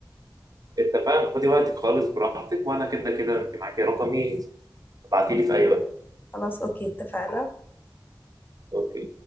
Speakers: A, on the right; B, on the left.
A: اتفقنا خدي وقتك خالص براحتك وانا كده كده انت معاكي رقمي ابعتي لي في اي وقت
B: خلاص اوكي اتفقنا
A: اوكي